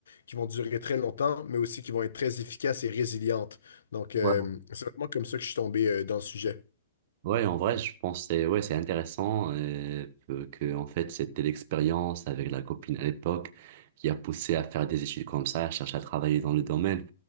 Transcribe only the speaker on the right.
Ouais.
Ouais, en vrai, je pense que c'est ouais, c'est intéressant euh, que, que, en fait, c'était l'expérience avec la copine à l'époque qui a poussé à faire des études comme ça, à chercher à travailler dans le domaine.